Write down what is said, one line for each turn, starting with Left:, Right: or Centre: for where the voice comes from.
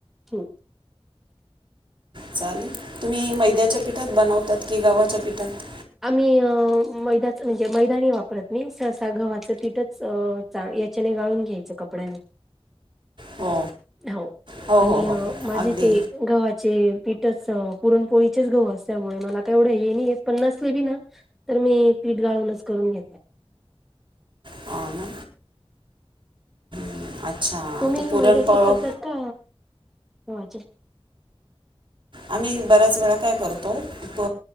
Centre: हम्.
Right: चालेल तुम्ही मैद्याच्या पीठात बनवतात. कि गव्हाच्या. पिठात
Centre: आम्ही अ. मैदाच म्हणजे मैदानी नाही वापरत. मी सहसा गव्हाचं पिटच याच्याने गाळून घ्यायचं कप. कपड्यांने.
Right: हो
Centre: हो
Right: हो
Centre: आणि
Right: हो हो
Centre: माझे
Right: अगदी
Centre: ते गव्हाचे पीठ. पुरणपोळीचेच घाऊ असल्यामुळे मला काय एवढं हे नाही येत. पन्नास लेबी ना तर मी पीठ गाळूनच करून घेते.
Right: हो ना हम्म, अच्छा
Centre: तुम्ही
Right: तर पुरण
Centre: मैद्याचे
Right: प
Centre: करतात का? गव्हाचे.
Right: आम्ही बऱ्याच वेळा काय करतो प